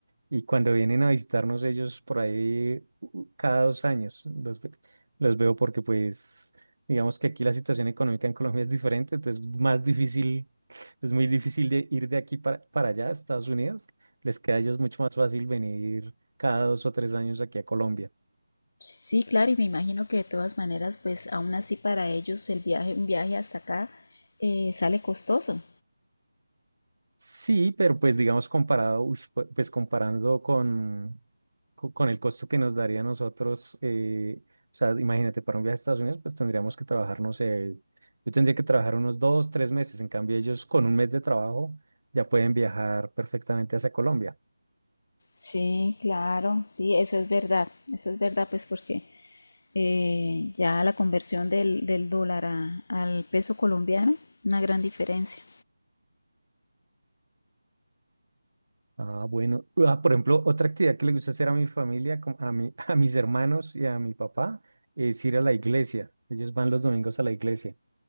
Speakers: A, on the right; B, on the left.
A: y cuando vienen a visitarnos ellos por ahí u- cada dos años los, ve- los veo porque pues digamos que aquí la situación económica en Colombia es diferente, entonces más difícil, es muy difícil de ir de aquí para, para allá a Estados Unidos, les queda a ellos mucho más fácil venir cada dos o tres años aquí a Colombia.
B: Sí, claro, y me imagino que de todas maneras, pues aún así para ellos el viaje, un viaje hasta acá eh, sale costoso.
A: Sí, pero pues digamos comparado, uy, pu- pues comparando con, co- con el costo que nos daría a nosotros, eh, o sea, imagínate, para un viaje a Estados Unidos, pues tendríamos que trabajar, no sé, yo tendría que trabajar unos dos, tres meses, en cambio ellos con un mes de trabajo ya pueden viajar perfectamente hacia Colombia.
B: Sí, claro, sí, eso es verdad, eso es verdad, pues porque eh, ya la conversión del, del dólar a- al peso colombiano, una gran diferencia.
A: Ah, bueno. Ah, por ejemplo, otra actividad que le gusta hacer a mi familia, como a mi, <laughs> a mis hermanos y a mi papá, es ir a la iglesia. Ellos van los domingos a la iglesia.